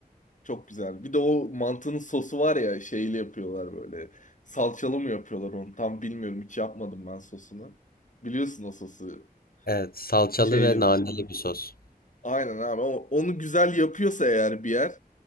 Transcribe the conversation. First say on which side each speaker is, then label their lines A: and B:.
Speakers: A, on the left; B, on the left.
A: Çok güzel. Bir de o mantının sosu var ya şeyli yapıyorlar böyle. Salçalı mı yapıyorlar onu? Tam bilmiyorum. Hiç yapmadım ben sosunu. Biliyorsun o sosu.
B: Evet, salçalı
A: Şeyli.
B: ve naneli bir sos.
A: Aynen abi. O- Onu güzel yapıyorsa eğer bir yer